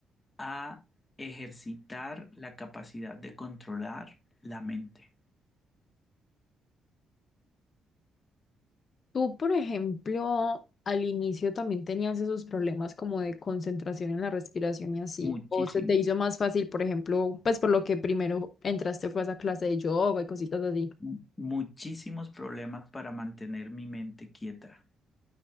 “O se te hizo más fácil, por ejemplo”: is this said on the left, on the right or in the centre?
Left